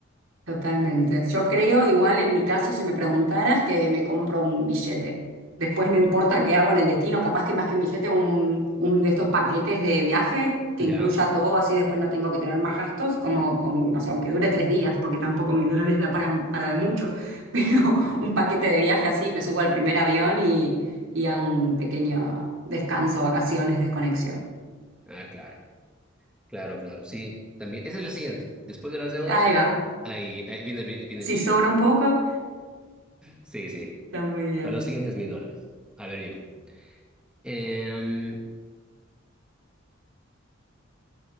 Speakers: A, on the right; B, in the centre.
A: Totalmente. Yo creo, igual en mi caso, si me preguntaras, que me compro un billete. Después no importa qué hago en el destino, capaz que más que un billete, un, un de estos paquetes de viaje que
B: ¿Ya?
A: incluya todo, así después no tengo que tener más gastos, como, pon- no sé, aunque dure tres días, porque tampoco mil dólares da para, para de mucho, <laughs> pero un paquete de viaje así, me subo al primer avión y, y hago un pequeño descanso, vacaciones, desconexión.
B: Ah, claro, claro, claro, sí. También, esa es la siguiente. Después de las deudas,
A: Ahí va.
B: ahí, ahí viene, el bi- viene
A: Si
B: el billete.
A: sobra un poco,
B: Sí, sí.
A: está muy bien.
B: Para los siguientes mil dólares. A ver, yo. Em,